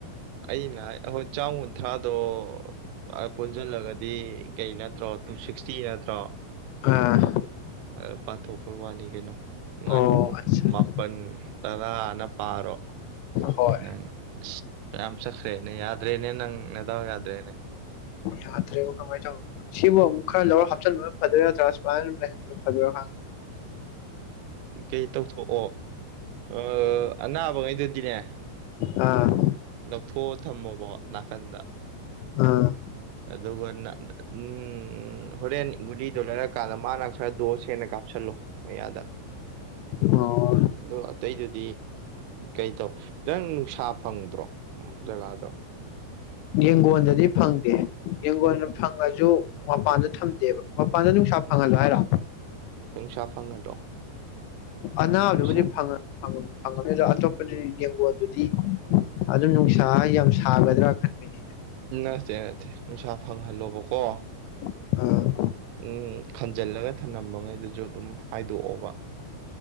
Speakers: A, on the right (about 85°); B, on the left (about 80°).
A: ꯑꯩꯅ ꯍꯥꯏꯗꯤ ꯍꯣꯏ ꯆꯥꯝꯀꯨꯟꯊ꯭ꯔꯥꯗꯣ ꯑ ꯄꯨꯟꯁꯤꯜꯂꯒꯗꯤ ꯀꯩ ꯅꯠꯇ꯭ꯔꯣ ꯇꯨꯁꯤꯛꯁꯇꯤ ꯅꯠꯇ꯭ꯔꯣ
B: ꯑꯥ
A: ꯑ ꯄꯥꯊꯣꯛꯄꯩ ꯋꯥꯅꯤ ꯀꯩꯅꯣ ꯉꯥꯅꯨ
B: ꯑꯣ ꯑꯠꯆꯥ
A: ꯃꯥꯄꯜ ꯇꯔꯥꯅ ꯄꯥꯔꯣ
B: ꯍꯣꯏ
A: ꯅꯪ ꯌꯥꯝ ꯆꯠꯈ꯭ꯔꯦꯅꯦ ꯌꯥꯗ꯭ꯔꯦꯅꯦ ꯅꯪ ꯅꯗꯥꯎ ꯌꯥꯗ꯭ꯔꯦꯅꯦ
B: ꯌꯥꯗ꯭ꯔꯦꯕꯣ ꯀꯃꯥꯏꯅ ꯇꯧꯅꯤ ꯁꯤꯕꯨ ꯑꯃꯨꯛ ꯈꯔ ꯂꯧꯔ ꯍꯥꯞꯆꯤꯟꯕꯅ ꯐꯗꯣꯏꯔ ꯅꯠꯇ꯭ꯔꯥ ꯁꯨꯃꯥꯏꯅ ꯂꯩꯍꯟꯕꯅ ꯐꯗꯣꯏꯔꯥ ꯈꯪꯗꯦ
A: ꯀꯩ ꯇꯧꯊꯣꯛꯑꯣ ꯑ ꯑꯅꯥꯕꯉꯩꯗꯨꯗꯤꯅꯦ
B: ꯑꯥ
A: ꯂꯧꯊꯣꯛꯑꯣ ꯊꯝꯃꯣꯕꯣ ꯅꯥꯀꯟꯗ
B: ꯑꯥ
A: ꯑꯗꯨꯒ ꯅ- ꯎꯝ ꯍꯣꯔꯦꯟ ꯒꯨꯂꯤꯗꯣ ꯂꯩꯔꯀꯥꯟꯗ ꯃꯥꯅ ꯈꯔ ꯗꯣꯁ ꯍꯦꯟꯅ ꯀꯥꯞꯁꯤꯜꯂꯣ ꯃꯌꯥꯗ
B: ꯑꯣ
A: ꯑꯗꯣ ꯑꯇꯩꯗꯨꯗꯤ ꯀꯩ ꯇꯧꯈ꯭ꯔꯦ ꯅꯪ ꯅꯨꯡꯁꯥ ꯐꯪꯗ꯭ꯔꯣ ꯖꯒꯥꯗꯣ
B: ꯌꯦꯡꯒꯣꯟꯗꯗꯤ ꯐꯪꯗꯦ ꯌꯦꯡꯒꯣꯟꯅ ꯐꯪꯉꯁꯨ ꯃꯄꯥꯟꯗ ꯊꯝꯗꯦꯕ ꯃꯄꯥꯟꯗ ꯅꯨꯡꯁꯥ ꯐꯪꯍꯜꯂꯣ ꯍꯥꯏꯔꯣ
A: ꯅꯨꯡꯁꯥ ꯐꯪꯍꯜꯂꯣ
B: ꯑꯅꯥꯕꯗꯨꯕꯨꯗꯤ
A: ꯅꯨꯡꯁꯥ
B: ꯐꯪꯉ ꯐꯪꯉ ꯐꯪꯉꯔꯣꯏꯗ ꯑꯇꯣꯞꯄꯗꯤ ꯌꯦꯟꯒꯣꯟ ꯑꯗꯨꯗꯤ ꯑꯗꯨꯝ ꯅꯨꯡꯁꯥ ꯌꯥꯝ ꯁꯥꯒꯗ꯭ꯔꯥ ꯈꯟꯕꯅꯤꯅꯦ
A: ꯅꯠꯇꯦ ꯅꯠꯇꯦ ꯅꯨꯡꯁꯥ ꯐꯪꯍꯜꯂꯣꯕꯀꯣ
B: ꯑꯩꯅ꯫ ꯑꯥ
A: ꯎꯝ ꯈꯟꯖꯤꯜꯂꯒ ꯊꯝꯂꯕꯉꯩꯗꯨꯁꯨ ꯑꯗꯨꯝ ꯍꯥꯏꯗꯣꯛꯑꯣꯕ